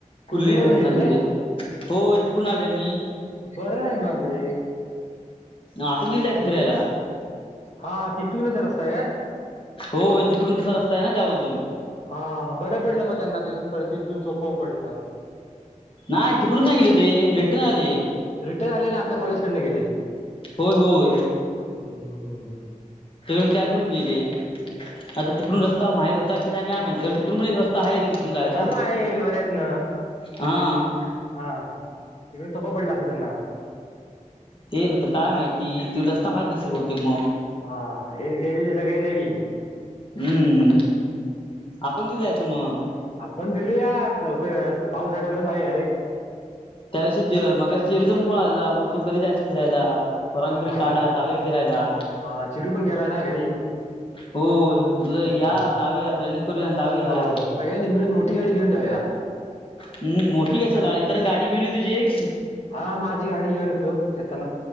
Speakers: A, on the left; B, on the left.
A: कुर्लीला
B: कुर्ली धरण
A: पण गेले
B: आहे तिकडे तो तिकडून आल्या नी.
A: बरं आहे. मग रे.
B: आपण कधी जायचं
A: फिरतय
B: फिरायला
A: हा तिथूनच रस्ता हाय काय?
B: हो तिकडून तसा रस्ता आहे ना त्या बाजून.
A: हा बरं पडलं मग त्यांना ते पण तिथून सोप्प पडलं.
B: नाही तिकडून नाही गेले ती रिटर्न आले.
A: रिटन झालेला आपल्या कॉलेज कडन गेले.
B: होय होय.
A: हम्म हम्म. हमं
B: तिकडून त्याच रोडने गेले, आता तिकडून रस्ता माहित होता की नाही काय माहिती कारण तिकडं तिकडून पण एक
A: आता
B: रस्ता आहे रे तिकडून जायला
A: आहे लोऱ्यातन
B: हा.
A: हा तिकड सोपा पडला अस त्यांना.
B: तेचता काय माहिती तू रस्ता माहीत नसेल बहुतेक मग.
A: हा हेच गेलेले सगळे नवीन.
B: हम्म आपण बी जायचं मग.
A: आपण फिरूया लवकर पाऊसा आल्यापर्यंत जाऊया अरे.
B: त्यादिवशी मगाशी चेरूचा पण फोन आला बोलतो कधी जायचं फिरायला? परंग बिरंग
A: हा
B: काढा जाऊया फिरायला.
A: हा चिरू पण गेलाय ना घरी.
B: होय बोललो
A: हम्म
B: या जाऊया प्लॅनिंग करूया आणि जाऊया.
A: हो सगळ्यांनी मिळून मोठी गाडी घेऊन जाऊया.
B: हम् मोठी कशाला येताना गाडी घेऊन ये तुझी एक.
A: हा माझी गाडी घेऊन येतो. येताना